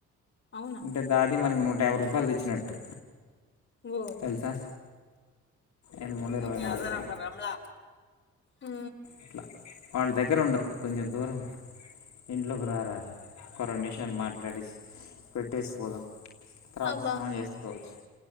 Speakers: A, on the left; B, on the left.
A: అవునా
B: అంటే దాది మనకు నూట యాభై రూపాయలు తెచ్చినట్టు
A: ఓ
B: తెలుసా ఎనభై మూడు
A: వాకే
B: ఇరవై నాలుగు
A: హజారప్ప రమలా ఊ
B: అట్లా వాళ్ళ దగ్గర ఉండకు కొంచెం దూరం ఉం ఇంట్లోకి రారాదు కొ రెండు నిషయాలు మాట్లాడే పెట్టేసి పోదాం తర్వాత
A: అబ్బా
B: స్నానం చేసుకోవచ్చు